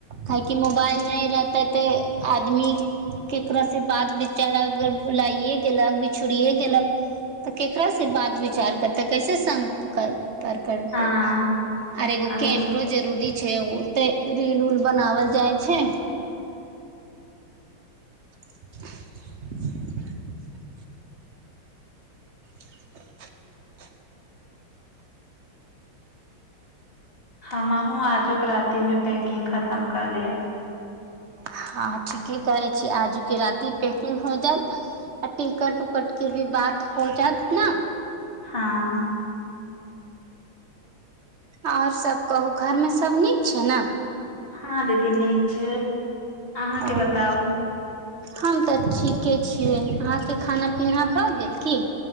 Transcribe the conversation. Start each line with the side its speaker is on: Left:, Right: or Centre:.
Right: हय की मोबाइल नहि रहते तऽ आदमी की प्रसिप्राय से चेहरा विचारा अगर भुलाइए गेलक बिछड़िये गेलक तऽ केकरा से बात विचार करते कैसे संग कर कर करते
Left: हँ
Right: आर एगो
Left: अभी
Right: कैमरो जे जरूरी छै ओ तऽ रील ऊल बनावल जाइ छै <inaudible> <inaudible>
Left: हमहु आजुक राती में पैकिंग खतम कर लेब
Right: हाँ ठीके कहै छी आजु के राति पैकिंग हो जायएत आ टिकट उकट के भी बात हो जात न
Left: हाँ
Right: आऔर सब कहू घर में सभ नीक छै ने
Left: हाँ दीदी नीक छै अहाँ के
Right: ओ
Left: बताउ
Right: हम तऽ ठीके छियै अहाँ के खाना पीना भऽ गेल की